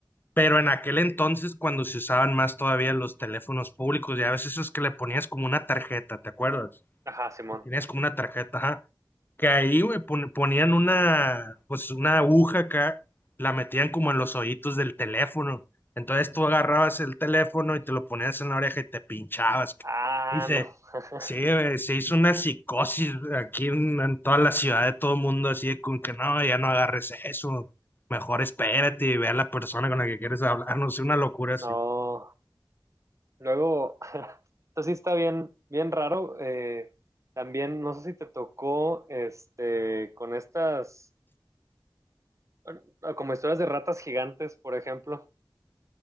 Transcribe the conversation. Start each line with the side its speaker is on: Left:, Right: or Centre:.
Left: Pero en aquel entonces, cuando se usaban más todavía los teléfonos públicos, ya a veces es que le ponías como una tarjeta, ¿te acuerdas?
Right: ajá, Simón.
Left: que tenías como una tarjeta, ajá, que ahí, güey, pon- ponían una, pues una aguja acá, la metían como en los hoyitos del teléfono. Entonces tú agarrabas el teléfono y te lo ponías en la oreja y te pinchabas.
Right: Ah,
Left: Dice,
Right: no. <laughs>
Left: sí, güey, se hizo una psicosis aquí en, en toda la ciudad de todo el mundo, así de con que no, ya no agarres eso. Mejor espérate y ve a la persona con la que quieres hablar, no sé, una locura así.
Right: No. Luego, <laughs> esto sí está bien, bien raro. eh, también, no sé si te tocó, este, con estas, eh, como historias de ratas gigantes, por ejemplo.